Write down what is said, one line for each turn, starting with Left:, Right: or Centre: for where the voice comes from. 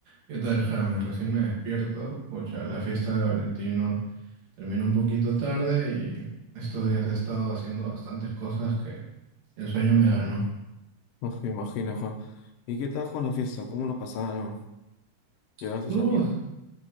Right: ¿Qué tal, James? Recién me despierto. Pucha, la fiesta de Valentino terminó un poquito tarde y estos días he estado haciendo bastantes cosas que el sueño me ganó.
Left: No me imagino, Juan. ¿Y qué tal, Juan, la fiesta? ¿Cómo lo pasaron? ¿Llegaron
Right: Estuvo,
Left: sus amigos?